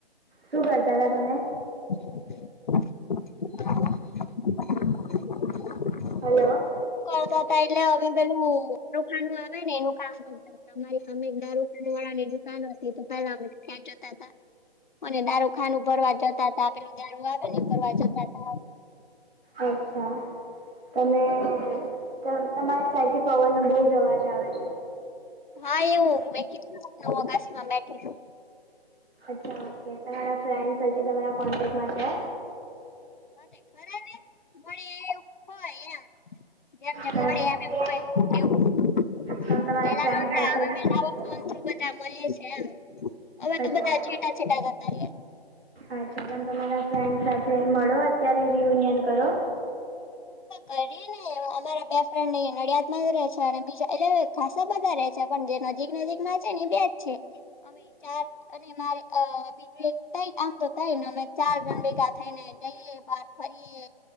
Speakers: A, on the right; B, on the left.
A: શું કરતા હતા તમે.
B: <inaudible>
A: હાલો.
B: કરતાતા એટલે હવે પેલું મુ મુ દુકાન નું આવે ને એનું કામ કરતાતા હમારી. અમે દારૂકા વાળાની દુકાન હતી તો, પહેલા અમે ખ જતા હતા. અને દારૂ ખાનું ભરવા જતા હતા. આપેલું દારૂ આવે ને ફરવા જતા હતા.
A: અચ્છા! તમે તમારી સાઈડ થી પવવાન નુ બહુ જ અવાજ આવે છે.
B: હા! એવું કીધ કશી માં બેઠી.
A: અચ્છા! ઓકે તમારા ફ્રેન્ડ્સ હજી તમારા કોન્ટેકમાં છે?
B: અ ખરા ને મળી એવું હોય એમ. જેમ જેમ
A: તમે
B: મળી આવે. <unintelligible>
A: તમારા ફ્રેન્ડ સાથે
B: ફોન થ્ર બધા મળે છે. હવે
A: અચ્છા
B: તો બધા છેટાછટ જાતા રયા
A: અચ્છા તમ તમારા ફ્રેન્ડ સાથે મળો અત્યારે રિયુનિયન કરો
B: કરી ને. અમારા બોયફ્રેન્ડ એ નડિયાદ માં જ ર રહે છે. અને બીજા એટલે ખસા બધા રે, પણ જે નજીક નજીક માં છે ને, બેજ છે. અમે ચાર. અને મારે બીજું એક તઈ એમ ચાર જણ ભેગા થઈ ને જઈએ. ફરીએ